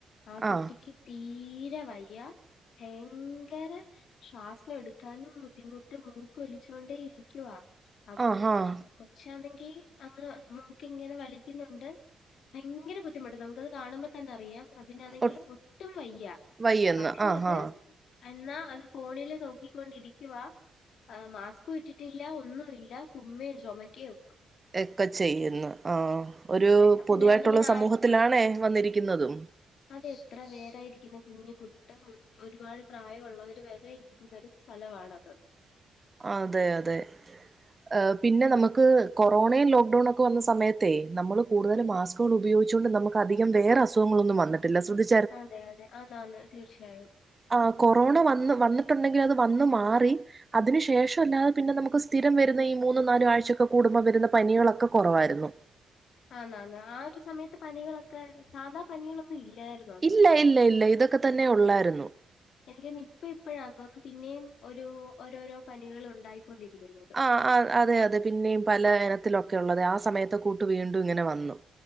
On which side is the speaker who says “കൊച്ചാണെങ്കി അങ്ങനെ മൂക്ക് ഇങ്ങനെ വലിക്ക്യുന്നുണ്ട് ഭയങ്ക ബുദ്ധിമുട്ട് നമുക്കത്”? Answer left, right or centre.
Left